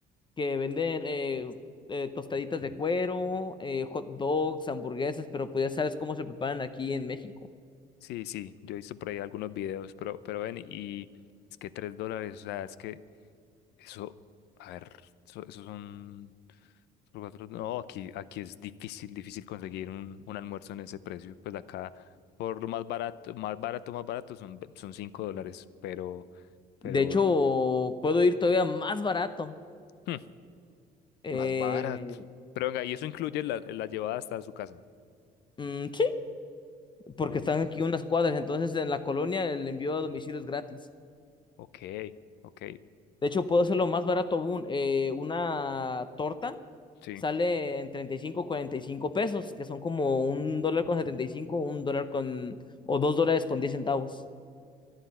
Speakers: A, on the left; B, on the left.
A: que venden eh, eh, tostaditas de cuero, eh, hot dogs, hamburguesas, pero pues ya sabes cómo se preparan aquí en México.
B: sí, sí. Yo he visto por ahí algunos videos, pero, pero ven, y es que 3 dólares, o sea, es que. Eso, a ver, eso, eso son son cuatro- No, aquí, aquí es difícil, difícil conseguir un, un almuerzo en ese precio. Pues acá, por lo más barato, más barato, más barato son, ve- son cinco dólares, pero, pero,
A: De hecho, puedo ir todavía más barato.
B: hmm,
A: Eh,
B: más barato. Pero venga, y eso incluye la, la llevada hasta su casa.
A: mm, sí, porque
B: Uh,
A: están aquí unas cuadras, entonces en la colonia el envío a domicilio es gratis.
B: ok, ok,
A: De hecho, puedo hacerlo más barato aún, eh, una torta
B: sí.
A: sale en treinta y cinco cuarenta y cinco pesos, que son como un dólar con setenta y cinco un dólar con, o dos dólares con diez centavos.